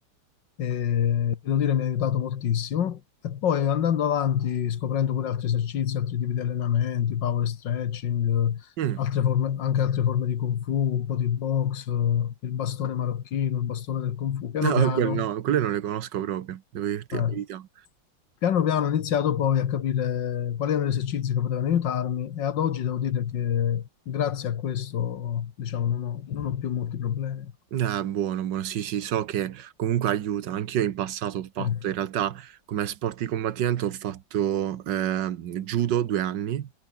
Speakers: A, on the left; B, on the right.
A: e devo dire mi ha aiutato moltissimo. E poi andando avanti, scoprendo pure altri esercizi, altri tipi di allenamenti, power stretching, eh,
B: Mm.
A: altre forme- anche altre forme di Kung Fu, un po' di box, eh, il bastone marocchino, il bastone del Kung Fu, piano
B: No, <laughs>
A: piano.
B: quel- no, quelle non le conosco proprio, devo dirti
A: eh,
B: la verità.
A: Piano piano ho iniziato poi a capire quali erano gli esercizi che potevano aiutarmi e ad oggi devo dire che grazie a questo, diciamo, non ho, non ho più molti problemi.
B: Ah, buono, buono, sì, sì, so che comunque aiuta. Anch'io in passato ho fatto,
A: Eh,
B: in realtà, come sport di combattimento ho fatto eh, judo due anni